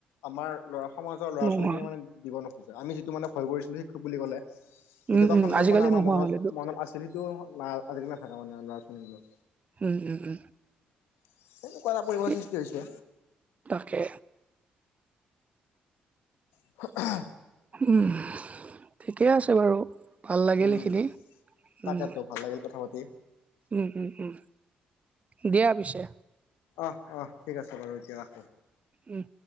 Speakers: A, on the left; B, on the right.
A: আমাৰ ল'ৰা সমাজৰ ল'ৰা
B: নোহোৱা
A: ছোৱালীখিনি মানে দিব নোখোজে আমি যিটো মানে ভয় কৰিছিলো শিক্ষক বুলি ক'লে। কেতিয়াবা
B: উম উম
A: সন্মান
B: আজিকালি
A: মানে আমাৰ
B: নোহোৱা
A: মনত,
B: হ'ল এইটো
A: মনত আছিল সেইটো আজিকালি নাথাকে মানে ল'ৰা ছোৱালীবোৰৰ।
B: উম, উম, উম।
A: <unintelligible>
B: এই
A: সৃষ্টি হৈছে।
B: তাকে।
A: <unintelligible>
B: উম। ঠিকে আছে বাৰু ভাল লাগিল
A: উম
B: এইখিনি উম।
A: তাকেতো ভাল লাগিল কথা পাতি
B: উম, উম, উম দিয়া পিছে।
A: অহ, অহ, ঠিক আছে বাৰু, এতিয়া ৰাখো।
B: উম।